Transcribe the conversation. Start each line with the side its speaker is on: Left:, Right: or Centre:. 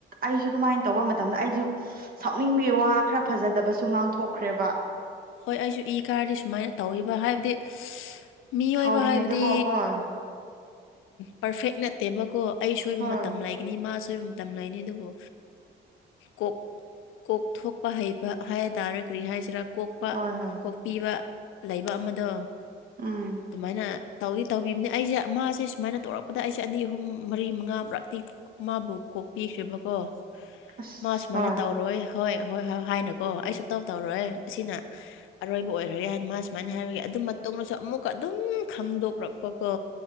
Right: ꯑꯩꯁꯨ ꯑꯗꯨꯃꯥꯏꯅ ꯇꯧꯕ ꯃꯇꯝꯗ ꯑꯩꯁꯨ ꯁꯥꯎꯅꯤꯡꯕꯒꯤ ꯋꯥ ꯈꯔ ꯐꯖꯗꯕꯁꯨ ꯉ ꯄꯥꯡꯊꯣꯛꯈ꯭ꯔꯦꯕ
Left: ꯍꯣꯏ ꯑꯩꯁꯨ ꯏ ꯀꯥꯔꯗꯤ ꯁꯨꯃꯥꯏꯅ ꯇꯧꯕ ꯍꯥꯏꯕꯗꯤ ꯃꯤꯑꯣꯏꯕ
Right: ꯁꯥꯎꯔꯤꯉꯩꯗꯀꯣ
Left: ꯍꯥꯏꯕꯗꯤ
Right: ꯍꯣꯏ
Left: ꯄꯔꯐꯦꯛ ꯅꯠꯇꯦꯕꯀꯣ ꯑꯩ ꯁꯣꯏꯕ
Right: ꯍꯣꯏ
Left: ꯃꯇꯝ ꯂꯩꯒꯅꯤ ꯃꯥꯁꯨ ꯁꯣꯏꯕ ꯃꯇꯝꯝꯅꯥꯥꯏꯏꯅꯤ ꯑꯗꯨꯕꯨ ꯀꯣꯛ ꯀꯣꯛ ꯊꯣꯛꯄ ꯍꯩꯕ ꯍꯥꯏꯕ ꯇꯥꯔ ꯀꯔꯤ ꯍꯥꯏꯁꯤꯔꯥ ꯀꯣꯛꯄ
Right: ꯍꯣꯏ ꯍꯣꯏ
Left: ꯀꯣꯛꯄꯤꯕ ꯂꯩꯕ ꯑꯃꯗꯣ
Right: ꯎꯝ
Left: ꯑꯗꯨꯃꯥꯏꯅ ꯇꯧꯗꯤ ꯇꯧꯕꯤꯕꯅꯤ ꯑꯩꯁꯦ ꯃꯥꯁꯦ ꯁꯨꯃꯥꯏꯅ ꯇꯧꯔꯛꯄꯗ ꯑꯩꯁꯦ ꯑꯅꯤ ꯑꯍꯨꯝ ꯃꯔꯤ ꯃꯉꯥ ꯃꯨꯔꯛꯇꯤ ꯃꯥꯕꯨ ꯀꯣꯛꯄꯤꯈ꯭ꯔꯦꯕꯀꯣ
Right: ꯑꯁ
Left: ꯃꯥ ꯁꯨꯃꯥꯏꯅ
Right: ꯍꯣꯏ
Left: ꯇꯧꯔꯣꯏ ꯍꯣꯏ ꯍꯣꯏ ꯍꯣꯏ ꯍꯥꯏꯅꯀꯣ
Right: ꯎꯝ
Left: ꯑꯩꯁꯨ ꯇꯧ ꯇꯧꯔꯣꯏ ꯑꯁꯤꯅ <unintelligible> ꯑꯔꯣꯏꯕ ꯑꯣꯏꯔ꯭ꯔ ꯌꯥꯅ ꯃꯥ ꯁꯨꯃꯥꯏꯅ ꯍꯥꯏꯔꯒ ꯑꯗꯨ ꯃꯇꯣꯗꯁꯨ ꯑꯃꯨꯛꯀ ꯑꯗꯨꯝ ꯈꯪꯗꯣꯛꯂꯛꯄ ꯀꯣ